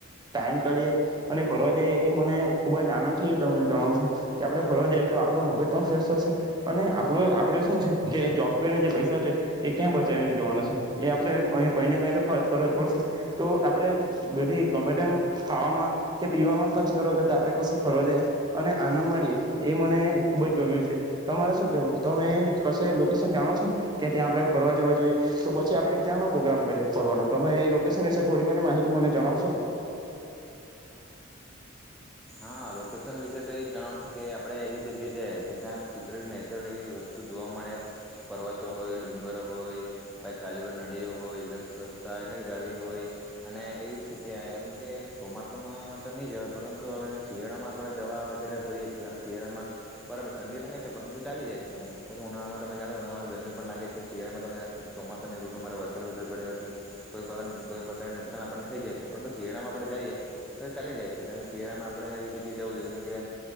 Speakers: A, on the right; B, in the centre.
A: ટાઈમ કાઢીએ અને ફરવા જઈએ, એ મને ખૂબ જ આનંદથી તમને જણાવું છું, કે આપડે ફરવા જઈએ તો આપણું મગજ પણ ફ્રેશ થશે, અને આપડું આપડે શું છે કે જોબ કરીને જે પૈસા છે, એ ક્યાં બચાવીને જવાના છે? એ આપણે અહી કંઈ ને કંઈ તો ખર્ચ કરવા જ પડશે. તો આપ ણે બધી ગમે તેમ ખાવામાં કે પીવામાં ખર્ચ કરવા કરતા આપણે કશે ફરવા જાય અને આનંદ માણીએ એ મને ખૂબ જ ગમ્યું છે. તમારે શું કેહવું? તમે કશે લોકેશન જાણો છો કે ત્યાં આપડે ફરવા જવા જોઈએ? તો પછી આપણે ત્યાંનો પ્રોગ્રામ કરીએ ફરવાનો તમે એ લોકેશન વિશે થોડી ઘણી માહિતી મને જણાવશો?
B: હા લોકે શન વિશે તો એ જ જણાવશું કે આ આપણે એવી જગ્યાએ જાએ કે ત્યાં કુદરતી નેચરલ એવી વસ્તુ જોવા મળે, પર્વતો હોય, ડુંગર હોય, પછી આજુબાજુ નદીઓ હોય, એકદમ સ્વચ્છતા એટલે કે જાળવી હોય, અને એવી જ જગ્યા એમ કે ચોમાસુમાં તો નીં જવાય પરંતુ હવે શિયાળામાં આપડે જવા વધારે ફરિયે છીએ, કારણ શિયાળામાં બરાબર ઠંડી લાગે છે, પરંતુ ચાલી જાય છે, એમ. કારણ કે ઉનાળામાં તમે જાણો ઉનાળામાં ગરમી પણ લાગે છે. શિયાળામાં તમે ચોમાસાની રૂતુમાં તમારે વરસાદ વધુ પડ્યો હોવાથી કોઈ પ્રકાર કોઈ પ્રકાર નુકસાન આપણને થઈ જાય છે. પરંતુ શિયાળામાં આપણે જાઈએ તો ચાલી જાય છે, કારણ કે શિયાળામાં આપ આપણે એવી જગ્યાએ જવું જોઈએ, જેમ કે